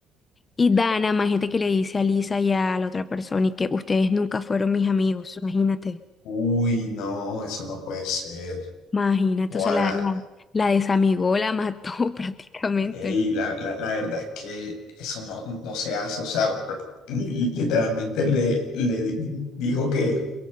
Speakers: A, on the left; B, on the left.
A: Y Dana, más gente que le dice a Lisa y a la otra persona y que ustedes nunca fueron mis amigos, imagínate,
B: uy, no, eso no puede ser.
A: imagínate,
B: Ojalá,
A: o sea, la, la, la desamigó, la mató <laughs> prácticamente.
B: ey, la, la, la verdad es que eso no, no se hace, o sea, pr- li- literalmente le, le di- dijo que